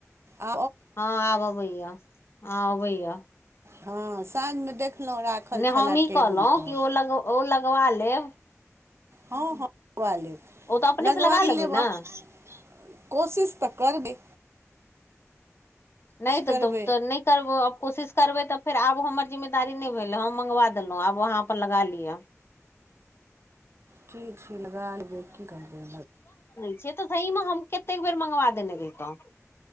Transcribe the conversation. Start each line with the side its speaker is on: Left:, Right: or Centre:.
Right: आ
Left: हँ आब अबैया हँ अबैया
Right: हँ साँझमे देखलहुँ राखल
Left: नहि
Right: छलए
Left: हम ई
Right: टेबुल
Left: कहलहुँ
Right: पर
Left: कि ओ लग ओ लगबा लेब
Right: हँ हँ लगबा लेब
Left: ओ तऽ अपने
Right: लगबा
Left: से लगा लेबै
Right: लेब
Left: ने
Right: आापस कोशिश तऽ करबे
Left: नहि
Right: करबै
Left: तऽ द तऽ नहि करबब कोशिश करबै तऽ फेर आब हमर जिम्मेदारी नहि भेले हम मंगवा देलहुँ आब वहाँ पर लगा लिअ
Right: ची श लगाल बे कि ग दे
Left: से तऽ त हम कतेक बेर मंगवा देने रतहु